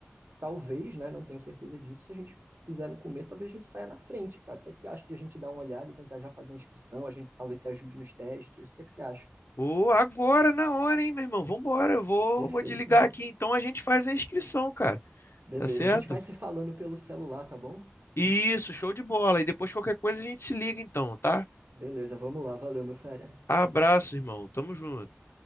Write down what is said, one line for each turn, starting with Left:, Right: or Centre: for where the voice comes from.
Right: talvez, né, não tenho certeza disso, se a gente fizer no começo, talvez a gente saia na frente, cara. O que é que acha de a gente dar uma olhada e tentar já fazer a inscrição? A gente talvez se ajude nos testes. O que é que você acha?
Left: Ô, agora na hora, hein, meu irmão? Vambora, eu vou,
Right: Perfeito,
Left: vou desligar
Right: irmão.
Left: aqui. Então a gente faz a inscrição, cara.
Right: Beleza,
Left: Tá certo?
Right: a gente vai se falando pelo celular, tá bom?
Left: Isso, show de bola. E depois qualquer coisa a gente se liga, então, tá?
Right: Beleza, vamos lá. Valeu, meu fera.
Left: Abraço, irmão. Tamo junto.